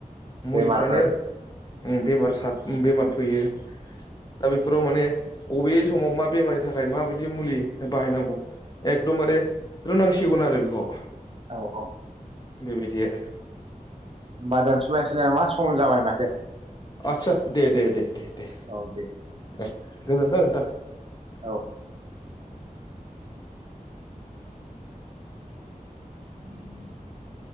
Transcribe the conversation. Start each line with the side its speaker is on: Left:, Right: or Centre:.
Left: मुलिफ्रानो
Right: बेमारफोर
Left: उम बेमार सा बेमार फैयो दा बेफोराव माने अबे समाव मा बेमारनि थाखाय माबायदि मुलि बाहायनांगौ एकदमबारे रोंनांसिगौन आरो बेखौ।
Right: औ औ
Left: बेबायदि आरो
Right: होमबा दोनसुलाय नामा सम जाबाय माथो।
Left: आस्सा दे दे दे दे दे
Right: औ दे
Left: दे गोजोनथों नोंथां।
Right: औ <inaudible>